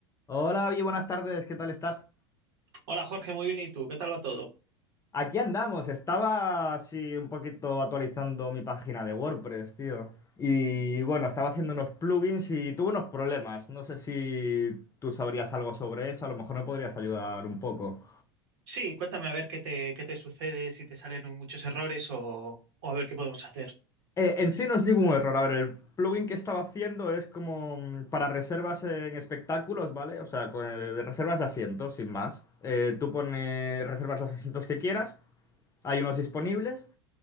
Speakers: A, on the left (about 20°); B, on the right (about 60°).
A: Hola, Avi, buenas tardes, ¿qué tal estás?
B: Hola Jorge, muy bien. ¿Y tú? ¿Qué tal va todo?
A: Aquí andamos, estaba así un poquito actualizando mi página de WordPress, tío. Y bueno, estaba haciendo unos plugins y tuve unos problemas. No sé si tú sabrías algo sobre eso, a lo mejor me podrías ayudar un poco.
B: Sí, cuéntame a ver qué te, qué te sucede, si te salen muchos errores o, o a ver qué podemos hacer.
A: Eh, en sí no es ningún error. A ver, el plugin que estaba haciendo es como mm, para reservas en espectáculos, ¿vale? O sea, con, eh, reservas de asientos, sin más. Eh, tú pones, reservas los asientos que quieras, hay unos disponibles.